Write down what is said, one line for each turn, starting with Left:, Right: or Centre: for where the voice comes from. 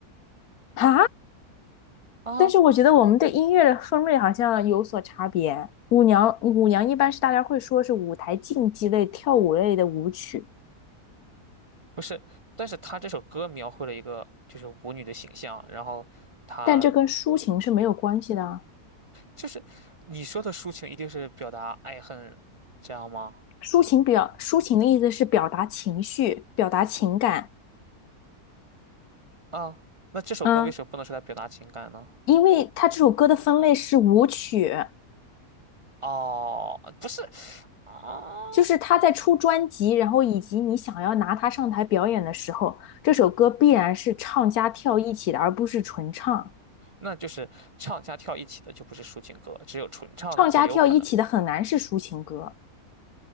Left: 啊，
Right: 啊，
Left: 但是我觉得我们对音乐的分类好像有所差别。舞娘，舞娘一般是大家会说是舞台竞技类、跳舞类的舞曲，
Right: 不是，但是她这首歌描绘了一个就是舞女的形象，然后她
Left: 但这跟抒情是没有关系的啊。
Right: 就是你说的抒情一定是表达爱恨，这样吗？
Left: 抒情表，抒情的意思是表达情绪、表达情感。
Right: 啊，那这首歌为什么不能说在表达情感呢？
Left: 嗯，因为它这首歌的分类是舞曲，
Right: 哦，不是啊，
Left: 就是他在出专辑，然后以及你想要拿它上台表演的时候，这首歌必然是唱加跳一起的，而不是纯唱。
Right: 那就是唱加跳一起的就不是抒情歌，只有纯唱的才有可能。
Left: 唱加跳一起的很难是抒情歌。